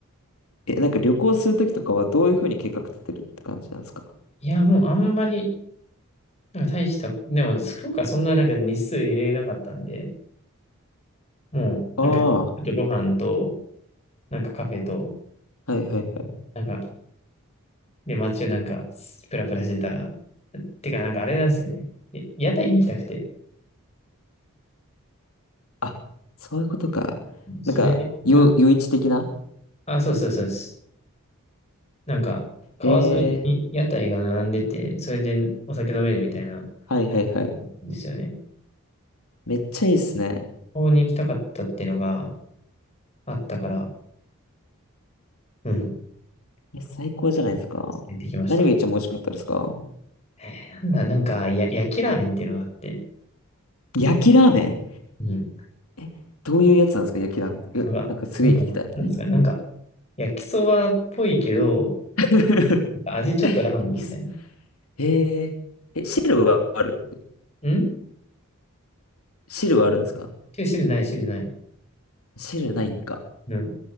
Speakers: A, on the left; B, on the left.
A: え、なんか旅行するときとかはどういうふうに計画立てるって感じなんですか
B: いや、もうあんまり、なんか大した、でも、福岡はそんななんか日数入れなかったんで、もう、
A: あ
B: なんか、ちょっとご飯と、
A: あ、
B: なんかカフェと、
A: はいはいはい。
B: なんか、で、街をなんか、プラプラしてたら、てか、なんかあれなんですよね。で屋台に行きたくて、
A: あ、そういうことか。
B: それが、
A: なんか、よ、余市的な
B: あ、そうそうそうです。なんか、川沿いに屋台が並んでて、
A: へえ、
B: それでお酒飲めるみたいな、
A: はいはいはい。
B: ですよね。
A: めっちゃいいっすね。
B: ここに行きたかったっていうのがあったから、うん、
A: え、最高じゃないですか。
B: 行ってきました。
A: 何が一番美味しかったですか
B: えーなんだ、なんか、や、焼きラーメンっていうのがあって、
A: 焼きラーメン
B: うん、
A: え、どういうやつなんですか焼きラーメンって。え、
B: なんか、
A: なんかすげえ聞きたい。
B: なんか、なんですか、なんか、焼きそばっぽいけど、
A: <laughs>
B: 味ちょっとラーメンみたいな。
A: 焼きす。へえ、え、汁はある
B: ん
A: 汁はあるんですか
B: 汁汁ない、汁ない。
A: 汁ないんか。
B: うん。